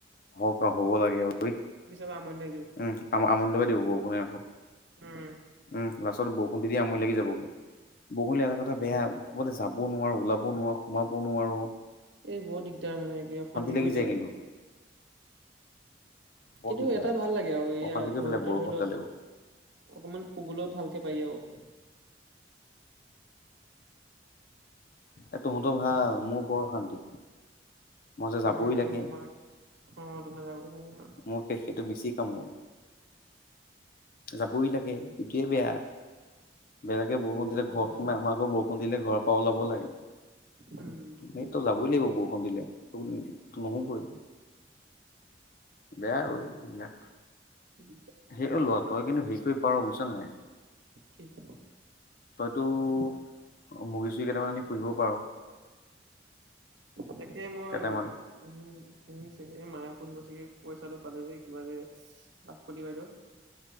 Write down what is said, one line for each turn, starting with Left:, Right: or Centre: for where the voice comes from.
Left: হক হ'ব লাগে ঐ উম
Right: পিছৰ পৰা আমনি লাগি যাব
Left: আ আমুলব দিব বৰষুণে, আকৌ।
Right: হুম
Left: উম লা্ষ্টত বৰষুণ দি দি আমৰি লাগি যাব গৈ বৰষুণ দিলে এটা কথা বেয়া ক'ৰবালে যাবও নোৱাৰো ওলাবও নোৱাৰো সোমাবও নোৱাৰো
Right: এই বৰ দিগদাৰ মানে কি অশান্তি
Left: লাগি
Right: কৰি
Left: যায়
Right: পেলাই
Left: কিন্তু বৰ
Right: কিন্তু
Left: দিগদাৰ
Right: এটা ভাল লাগে আৰু এইয়া
Left: অশান্তি কৰি
Right: ঘৰৰ
Left: পেলাই
Right: ভিতৰত
Left: বৰষুণ
Right: ধৰি লও
Left: দালেও
Right: অকমান শুবলৈও ভালকে পায়ি আৰু
Left: এ তহঁতৰ ভাল মোৰ বৰশান্তি মই যে
Right: উম
Left: যাবই লাগে
Right: তোমাৰ অ তোমাৰ যাব লাগে ন
Left: মোৰ সেইটো বেছি কামোৰ যাবই লাগে এইটোয়ে বেয়া বেলেগে বৰষুণ দিলে
Right: নগলেও
Left: ঘৰত সোমাই
Right: নহয়
Left: আমাৰ আকৌ বৰষুণ দিলে ঘৰৰ পৰা ওলাব লাগে
Right: উম
Left: এই তই যাবই লাগিব বৰষুণ দিলে ত নহবই বেয়া ও এইবিলাক
Right: ওম।
Left: সেয় ল'ৰা তই কিন্তু হেৰি কৰি পাৰ বুজিছ নে নাই।
Right: কি ক'ব
Left: তইতো মুৰ্গী চুৰ্গী কেইটামান আনি পুহিব পাৰ।
Right: তাকে মই
Left: কেইটামান
Right: পুহিম পুহিম চাগে মায়ে পুহিব চাগে পইচাটো পালে যে কিবা যে লাখপতি বাইদেউৰ।